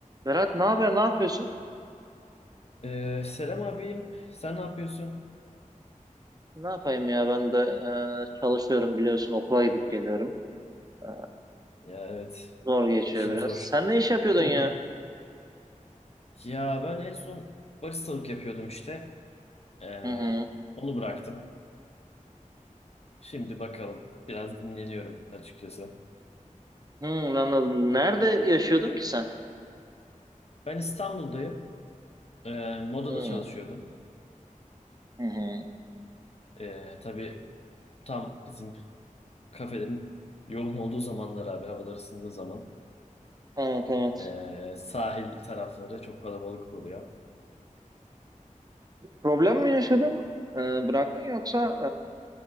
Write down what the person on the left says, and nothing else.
Ee, selam abim. Sen ne yapıyorsun?
Ya evet.
işin
zor.
<laughs>
Ya ben en son baristalık yapıyordum işte. Ee,
onu bıraktım. Şimdi bakalım. Biraz dinleniyorum açıkçası.
Ben İstanbul'dayım. Ee, modada
çalışıyordum.
Ee, tabii tam bizim kafelerin yoğun olduğu zamanlar abi havalar ısındığı zaman.
Ee, sahil tarafları çok kalabalık oluyor.